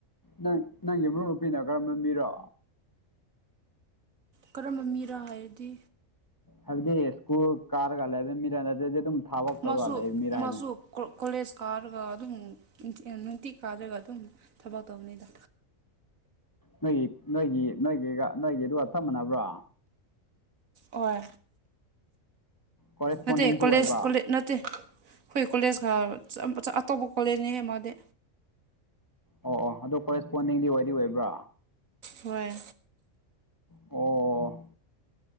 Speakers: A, on the left (about 20°); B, on the right (about 80°).
A: ꯅꯪ ꯅꯪꯒꯤ ꯃꯔꯨꯞ ꯅꯨꯄꯤꯅ ꯀꯔꯝꯕ ꯃꯤꯔꯣ
B: ꯀꯔꯝꯕ ꯃꯤꯔꫭ ꯍꯥꯏꯔꯗꯤ
A: ꯍꯥꯏꯕꯗꯤ ꯁ꯭ꯀꯨꯜ ꯀꯥꯔꯒ ꯂꯩꯕ ꯃꯤꯔꯥ ꯅꯠꯇꯗꯤ ꯑꯗꯨꯝ ꯊꯕꯛ ꯇꯧꯔꯒ
B: ꯃꯥꯁꯨ
A: ꯂꯩꯕ ꯃꯤꯔꯥ ꯍꯥꯏꯕꯅꯦ
B: ꯃꯥꯁꯨ ꯀꯣ ꯀꯣꯂꯦꯖ ꯀꯥꯔꯒ ꯑꯗꯨꯝ ꯅꯨꯡꯇꯤ ꯑꯥ ꯅꯨꯡꯇꯤ ꯀꯥꯗꯔꯒ ꯑꯗꯨꯝ ꯊꯕꯛ ꯇꯧꯅꯤꯗ
A: ꯅꯣꯏꯒꯤ ꯅꯣꯏꯒꯤ ꯅꯣꯏꯒꯤꯒ ꯅꯣꯏꯒꯤ ꯑꯗꯨꯒ ꯆꯞ ꯃꯥꯟꯅꯕ꯭ꯔꯣ
B: ꯍꯣꯏ
A: ꯀꯣꯔꯦꯁꯄꯣꯟꯗꯤꯡꯁꯨ
B: ꯅꯠꯇꯦ ꯀꯣꯂꯦꯖ
A: ꯑꯣꯏꯕ
B: ꯀꯣꯂꯦ ꯅꯠꯇꯦ ꯈꯣꯏ ꯀꯣꯂꯦꯖ ꯀꯥꯕ ꯆꯥ ꯑꯆꯥ ꯑꯇꯣꯞꯄ ꯀꯣꯂꯦꯖꯅꯦꯍꯦ ꯃꯥꯗꯤ
A: ꯑꯣ ꯑꯣ ꯑꯗꯣ ꯀꯣꯔꯦꯁꯄꯣꯟꯗꯤꯡꯗꯤ ꯑꯣꯏꯗꯤ ꯑꯣꯏꯕ꯭ꯔꯥ?
B: ꯍꯣꯏ
A: ꯑꯣ